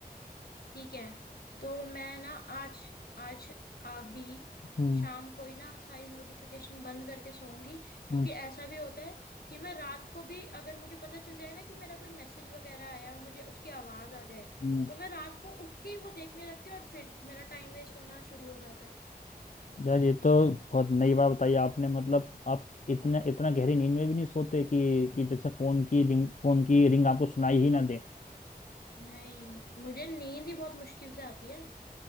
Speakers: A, on the left (about 75°); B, on the left (about 50°).
A: ठीक है तो मैं ना आज आज अभी
B: हम्म
A: शाम को ही ना सारी नोटिफिकेशन बंद करके सोऊंगी क्योंकि
B: हम्म,
A: ऐसा भी होता है कि मैं रात को भी अगर मुझे पता चल जाए ना कि मेरा कोई मैसेज वगैरह आया और मुझे उसकी आवाज आ जाए
B: हम्म।
A: तो मैं रात को उठ के ही वो देखने लगती हूँ और फिर मेरा टाइम वेस्ट होना शुरू हो जाता है
B: यार ये तो बहुत नई बात बताई आपने मतलब आप इतना इतना गहरी नींद में भी नहीं सोते कि कि जैसे फोन की रिंग फोन की रिंग आपको सुनाई ही ना दे
A: नहीं मुझे नींद ही बहुत मुश्किल से आती है